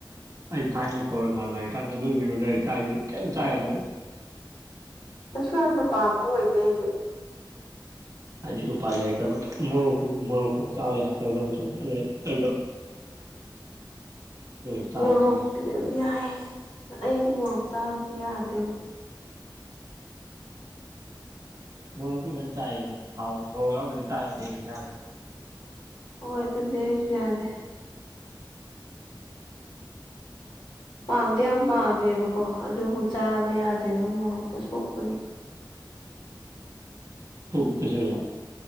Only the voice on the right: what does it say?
ꯑꯩ ꯊꯥꯏꯅ ꯀꯣꯔꯣꯅꯥ ꯂꯩ ꯍꯥꯏꯔꯤ ꯀꯥꯟꯗ ꯑꯗꯨ ꯑꯣꯏꯅꯤ ꯂꯩꯔꯦ ꯆꯥꯏꯁꯤ ꯀꯩꯝꯇ ꯆꯥ ꯌꯥꯗꯕꯩ
ꯍꯥꯏꯗꯤ ꯎꯄꯥꯥꯏ ꯂꯩꯔꯛꯇꯕ ꯃꯣꯔꯣꯛ ꯃꯣꯔꯣꯛꯐꯥꯎ ꯆꯥꯕ ꯌꯥꯔꯛꯇꯕ ꯃꯇꯝꯗ ꯑꯩꯗꯣ <inaudible> ꯑꯣꯏꯅ ꯆꯥꯔ
ꯈꯥꯡꯉꯤ
ꯃ‌ꯣꯔ‌ꯣꯛꯇꯤ ꯃꯌꯥꯝ ꯆꯥꯏ ꯑꯗꯨꯝ ꯍꯥꯎꯏ ꯃ‌ꯣꯔ‌ꯣꯛ ꯌꯥꯎꯗꯗꯤ ꯆꯥ‌ ꯌꯥ‍ꯗ‍ꯦ ꯏꯟꯖꯥꯡ
ꯇꯣꯛ ꯀꯁꯁꯨ <unintelligible>